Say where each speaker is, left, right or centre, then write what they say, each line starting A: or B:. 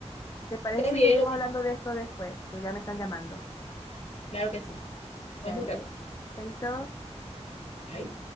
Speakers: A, on the left; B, on the left.
A: ¿Te parece
B: está bien,
A: si seguimos
B: lo-
A: hablando de esto después? Que ya me están llamando.
B: claro que sí. Vamos
A: Dale,
B: un rato.
A: chaito.
B: Ay.